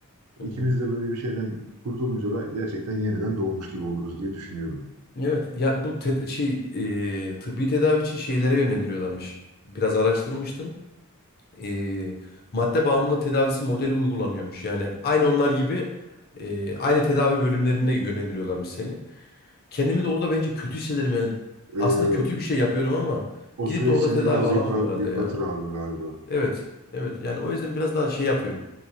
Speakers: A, on the left (about 45°); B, on the right (about 85°).
A: hı
B: İkimiz
A: hı.
B: de böyle bir şeyden kurtulunca da gerçekten yeniden doğmuş gibi oluruz diye düşünüyorum.
A: Evet ya bu ted- şey eee, tıbbi tedavi için şeylere yönlendiriyorlarmış. Biraz araştırmıştım. e, madde bağımlılığı tedavisi modeli uygulanıyormuş. Yani aynı onlar gibi e, aynı tedavi bölümlerine yönlendiriyorlarmış seni. Kendimi de orada bence kötü hissederim yani.
B: Ee,
A: Aslında kötü bir şey yapıyorum ama
B: o
A: gidip
B: süreç
A: de orada
B: seni
A: tedavi
B: biraz
A: alamam
B: yıpra-
A: herhalde
B: yıpratır
A: ya.
B: abi galiba.
A: Evet, evet. Yani o yüzden biraz daha şey yapıyorum.